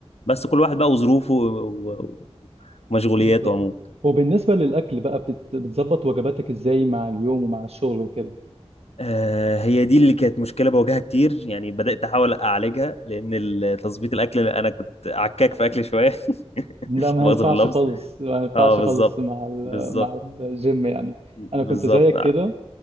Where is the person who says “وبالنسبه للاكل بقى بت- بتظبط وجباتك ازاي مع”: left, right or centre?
Right